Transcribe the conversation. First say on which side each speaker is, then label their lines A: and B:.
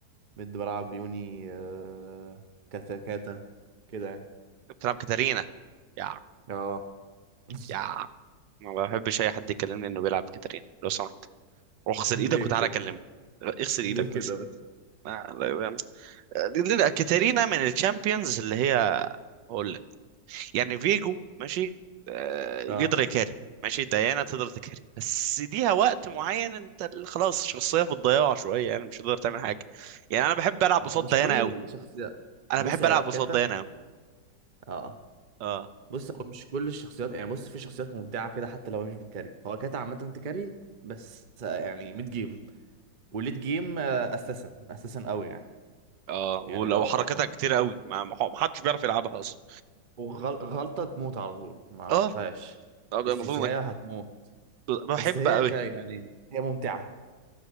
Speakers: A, on the right (about 45°); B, on the right (about 90°).
A: ميد بلعب يوني آه... كاتا كاتا كده يعني
B: بتلعب كاتارينا يا
A: اه <laughs>
B: يا ما بحبش اي حد يكلمني انه بيلعب كاتارينا لو سمحت روح اغسل
A: ليه
B: ايدك وتعالى
A: كده
B: كلمني اغسل ايدك
A: ليه كده
B: بس
A: بس
B: آه، لا- يعني- آه، كاتارينا من الشامبيونز اللي هي هقول يعني فيجو ماشي آه، يقدر
A: اه
B: يكاري ماشي ديانا تقدر تكاري بس ليها وقت معين انت ال- خلاص الشخصيه في الضياع شويه يعني مش هتقدر تعمل حاجه يعني انا بحب العب
A: ما
B: قصاد
A: هو مش
B: ديانا
A: كل
B: قوي
A: الشخصيات
B: انا
A: بص
B: بحب
A: هي
B: العب قصاد
A: كاتا
B: ديانا قوي
A: اه
B: اه
A: بص هو مش كل الشخصيات يعني بص في شخصيات ممتعة كده حتى لو هي مش بتكاري هو كاتا عامة تكاري بس آه، يعني ميد جيم وليد جيم آه، اساسا اساسا قوي يعني
B: اه ولو
A: يعني لو
B: حركتها كتير قوي ما ما حدش بيعرف يلعبها اصلا
A: وغلطة تموت على طول ما
B: اه
A: فيهاش
B: آه، المفروض
A: السيسيهاية
B: انك
A: هتموت
B: بحب
A: بس هي
B: قوي
A: ك يعني هي ممتعة